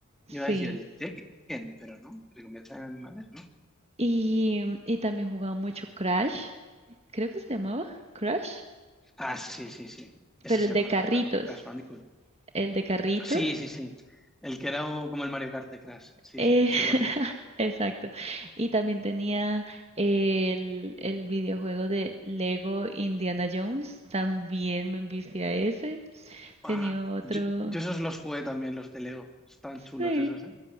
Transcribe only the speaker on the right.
Sí.
Y, y también jugaba mucho Crash, creo que se llamaba Crash,
pero
el
de
carritos.
el de carrito.
Eh,
<laughs>
exacto. Y también tenía el, el videojuego de Lego Indiana Jones. También me envicié a ese. Tenía
otro.
Sí.